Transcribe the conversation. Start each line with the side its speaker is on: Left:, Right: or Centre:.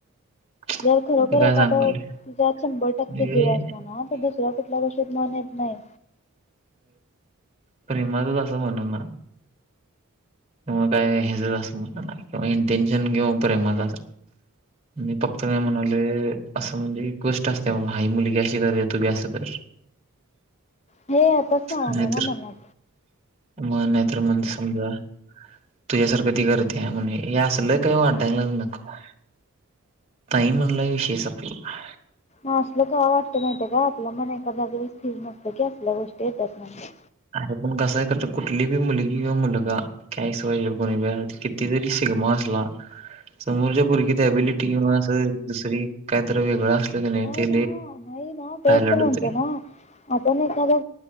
Right: <inaudible>
Left: जर खरोखर
Right: मी काय
Left: एखाद
Right: सांगालोय
Left: तुझ्या शंभर टक्के
Right: म्हणजे
Left: जीव असला, ना तर दुसऱ्या कुठल्या गोष्टीत मन येत नाही.
Right: प्रेमात अस <unintelligible> होणार नाय किवा काय हेज असं मला किंवा इंटेन्शन किंवा प्रेमाच मी फक्त काय म्हणावलेय असं म्हणजे गोष्ट असते बाबा हा मुलगी अशी करते तू बी असं कर
Left: हे येतच सामान
Right: <inaudible> नाहीत
Left: आहे ना मनात.
Right: मग नाहीतर मन समजा तुझ्यासारखं ती करते आहे म्हणे असल काही वाटायला नकॊ ताई म्हणलंय विषय संपला.
Left: असलं का वाटत माहित हे का आपलं मन एका जागेवर स्थिर नसतं की असल्या गोष्ट ते तरत् नाही
Right: अरे पण कसय करत कुठली बी मुलगी किंवा मुलगा काहीच वय कोणी ब कितीतरी शिगमा असला ह समोरच्या पोरगीत अबिलिटी किंवा असं दुसरी काहीत वेगळं असलं की नाही ते
Left: ना नाही ना तेच
Right: हायलाइट
Left: तर म्हणतो
Right: होतंय
Left: नाण एखादा